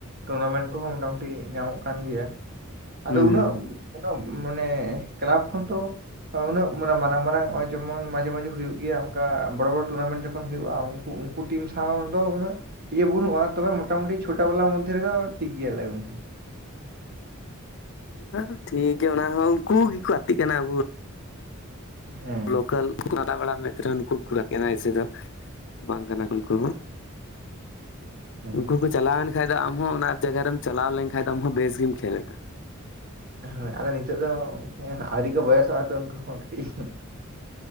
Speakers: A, on the right; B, on the left.
A: ᱴᱩᱨᱱᱟᱢᱮᱱᱴ ᱠᱚᱦᱚᱸ ᱢᱚᱴᱟᱢᱩᱴᱤ ᱧᱟᱢᱚᱜ ᱠᱟᱱ ᱜᱮᱭᱟ ᱾
B: ᱜᱮᱭᱟ
A: ᱟᱫᱚ
B: ᱦᱩᱸ
A: ᱩᱱᱟᱹᱜ ᱩᱱᱟᱹᱜ ᱢᱟᱱᱮ ᱠᱞᱟᱵᱽ ᱠᱷᱚᱱ ᱛᱚ ᱩᱱᱟᱹᱜ ᱢᱟᱨᱟᱝ ᱢᱟᱨᱟᱝ ᱱᱚᱜ ᱡᱮᱢᱚᱱ ᱢᱟᱡᱷᱮ ᱢᱟᱡᱷᱮ ᱦᱩᱭᱩᱜ ᱜᱮᱭᱟ, ᱚᱱᱠᱟ ᱵᱚᱲᱚ ᱵᱚᱲᱚ ᱴᱩᱨᱱᱟᱢᱮᱱᱴ ᱡᱚᱠᱷᱚᱱ ᱦᱩᱭᱩᱜᱼᱟ ᱩᱱᱠᱩ ᱩᱱᱠᱩ ᱴᱤᱢ ᱥᱟᱶ ᱫᱚ ᱩᱱᱟᱹᱜ᱾ ᱤᱭᱟᱹ ᱵᱟᱹᱱᱩᱜᱼᱟ ᱛᱚᱵᱮ ᱢᱚᱴᱟᱢᱩᱴᱤ ᱪᱷᱳᱚᱴᱟ ᱵᱮᱞᱟ ᱢᱚᱫᱽᱫᱷᱮ ᱨᱮᱫᱚ, ᱴᱷᱤᱠ ᱜᱮᱭᱟᱞᱮ ᱜᱚᱝᱠᱮ ᱾
B: ᱚ ᱴᱷᱤᱠ ᱜᱮᱭᱟ ᱚᱱᱟ ᱦᱚᱸ ᱩᱱᱠᱩ ᱜᱮᱠᱚ ᱜᱟᱛᱮᱜ ᱠᱟᱱᱟ ᱟᱵᱚ
A: ᱦᱮᱸ ᱾
B: ᱞᱳᱠᱟᱞ ᱜᱟ ᱵᱮᱲᱟ <unintelligible> ᱵᱟᱝ ᱠᱟᱱᱟ ᱩᱱᱠᱩ ᱫᱚ ᱾
A: ᱦᱮᱸ
B: ᱩᱱᱠᱩ ᱠᱚ ᱪᱟᱞᱟᱣᱮᱱ ᱠᱷᱟᱱᱡ ᱫᱚ ᱟᱢ ᱦᱚᱸ ᱚᱱᱟ ᱡᱟᱭᱜᱟᱮᱢ ᱪᱟᱞᱟᱣ ᱞᱮᱱᱠᱷᱟᱱ ᱫᱚ ᱟᱢᱦᱚᱸ ᱵᱮᱥ ᱜᱮᱢ ᱠᱷᱮᱞᱟ ᱾
A: ᱦᱳᱭ ᱟᱫᱚ ᱱᱤᱛᱚᱜ ᱫᱚ ᱟᱹᱣᱨᱤ ᱠᱚ ᱵᱚᱭᱚᱥᱼᱟᱛ ᱩᱱᱠᱩ ᱦᱚ ᱠᱟᱹᱴᱤᱡ ᱾